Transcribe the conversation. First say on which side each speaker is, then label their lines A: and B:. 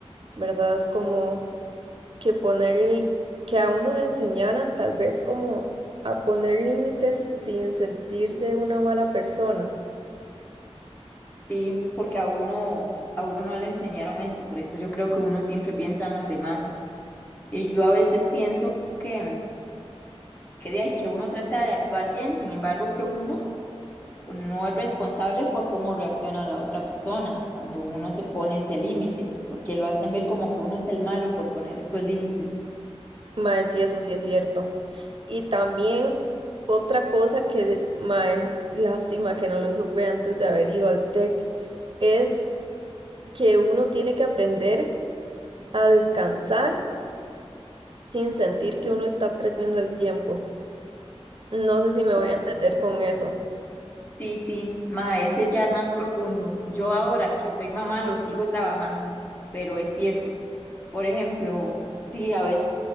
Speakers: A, on the right; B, on the left.
A: ¿verdad? Como que poner, que a uno le enseñaran tal vez como a poner límites sin sentirse una mala persona.
B: Sí, porque a uno, a uno no le enseñaron eso, por eso yo creo que uno siempre piensa en los demás. Y yo a veces pienso que, que de ahí que uno trata de actuar bien, sin embargo que uno no es responsable por cómo reacciona la otra persona cuando uno se pone ese límite, porque lo hacen ver como que uno es el malo por poner esos límites.
A: Mae, sí, eso sí es cierto. Y también otra cosa que, de- mae, <laughs> lástima que no lo supe antes de haber ido al TEC, es que uno tiene que aprender a descansar sin sentir que uno está perdiendo el tiempo. No sé si me voy
B: Uh,
A: a entender con eso.
B: sí, sí, ma, ese ya es más profundo. Yo ahora que soy mamá lo sigo trabajando, pero es cierto. Por ejemplo, di, a veces